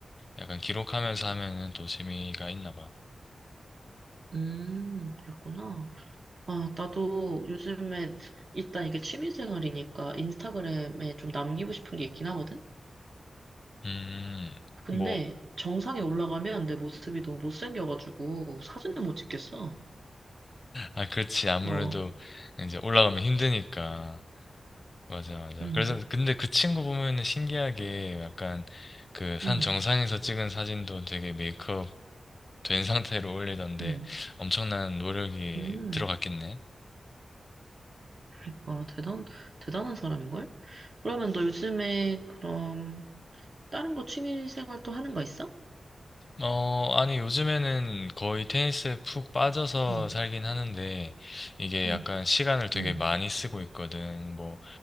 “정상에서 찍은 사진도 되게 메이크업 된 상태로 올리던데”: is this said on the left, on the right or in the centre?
Left